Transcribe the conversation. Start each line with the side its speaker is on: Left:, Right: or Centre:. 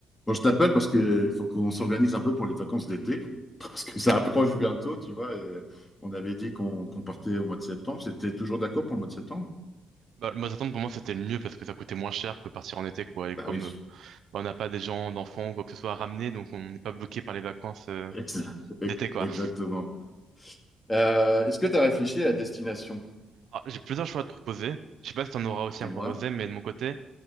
Left: Bon, je t'appelle parce que il faut qu'on s'organise un peu pour les vacances d'été, parce que ça approche bientôt, tu vois. Et on avait dit qu'on qu'on partait au mois de septembre. C'était toujours d'accord pour le mois de septembre?
Right: Bah, le Mazatlan, pour moi, c'était le mieux parce que ça coûtait moins cher que partir en été, quoi. Et
Left: Bah
Right: comme
Left: oui,
Right: euh, bah, on n'a pas des gens, d'enfants ou quoi que ce soit à ramener, donc on n'est pas bloqué par les vacances euh,
Left: ex- ex-
Right: d'été, quoi.
Left: exactement. Euh, est-ce que tu as réfléchi à la destination?
Right: Alors, j'ai plusieurs choix à te proposer. Je sais pas si t'en auras aussi
Left: Dis-moi.
Right: à me proposer, mais de mon côté,